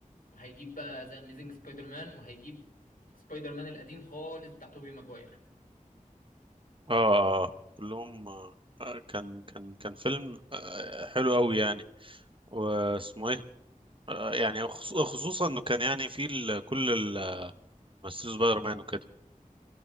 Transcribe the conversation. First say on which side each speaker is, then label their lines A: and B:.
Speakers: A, on the left (about 85°); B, on the right (about 40°).
A: وهيجيب بقى ذا اميزنج سبايدر مان وهيجيب سبايدر مان القديم خالص بتاع توبي ماجواير
B: اه آه، آه، كلهم آه، آه، كان كان كان فيلم آه، حلو قوي يعني واسمه ايه آه، يعني خص- خصوصا انه كان يعني فيه ال- كل ال- ممثلين سبايدر مان وكده